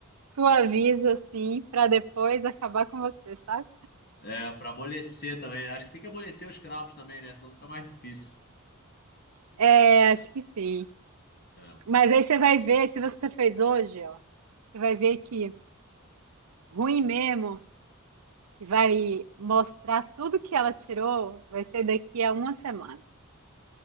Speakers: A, on the right; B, on the left.
A: suaviza assim para depois acabar com você, sabe?
B: É, é para amolecer também. né? Acho que tem que amolecer os cravos também, né? Senão fica mais difícil.
A: É, acho que sim.
B: É.
A: Mas aí você vai ver, se você fez hoje, ó, você vai ver que ruim mesmo, que vai mostrar tudo que ela tirou, vai ser daqui a uma semana.